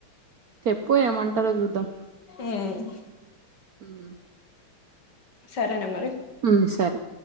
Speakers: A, on the right (about 60°); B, on the left (about 55°).
A: చెప్పు ఏమంటారో చూద్దాం
B: ఉమ్
A: మ్మ్ హ్మ్
B: సరేనా మరి
A: మ్మ్ సరే